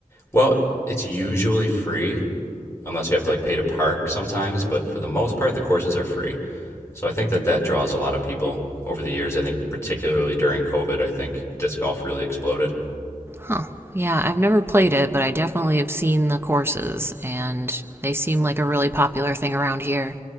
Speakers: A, on the left (about 20°); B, on the right (about 15°).
A: Well, it's usually free unless you have to like pay to park sometimes, but for the most part the courses are free. So I think that that draws a lot of people over the years. I think particularly during COVID, I think disc golf really exploded.
B: Huh. Yeah, I've never played it, but I definitely have seen the courses and they seem like a really popular thing around here.